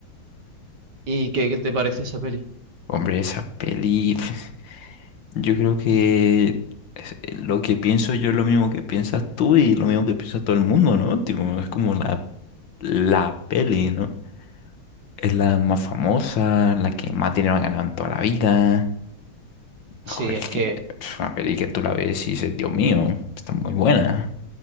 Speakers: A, on the right; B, on the left.
A: ¿Y qué, qué te parece esa peli?
B: Hombre, esa peli, <laughs> yo creo que es- eh, lo que pienso yo es lo mismo que piensas tú y lo mismo que piensa todo el mundo, ¿no? Tipo, es como la, la peli, ¿no? Es la más famosa, la que más dinero ha ganado en toda la vida. Joder,
A: Sí, es
B: es
A: que.
B: que es una peli que tú la ves y dices, Dios mío, está muy buena.